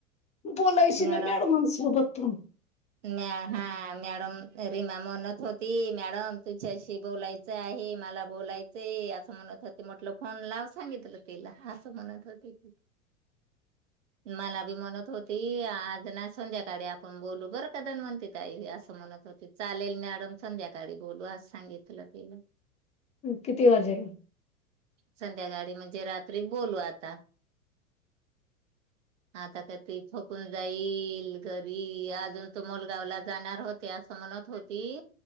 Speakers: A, on the left; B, on the right.
A: बोलायची ना
B: मॅडम
A: मॅडमांसोबत पण
B: मॅ हा मॅडम रीमा म्हणत होती मॅडम तुझच्याशी बोलायचं आहे मला बोलायचंय असं म्हणत होते म्हटलं फोन लाव सांगितलं तिला असं म्हणत होते की
A: <inaudible>
B: मला बी म्हणत होती आज ना संध्याकाळी आपण बोलू बरं दान म्हणते तई असं म्हणत होते चालेल मॅडम संध्याकाळी बोलू अस सांगितलं तिला
A: किती वाजे
B: संध्याकाळी म्हणजे रात्री बोलू आता आता का ते थकून जाईल घरी अजून त मुलगाव ला जाणार होते असं म्हणत होती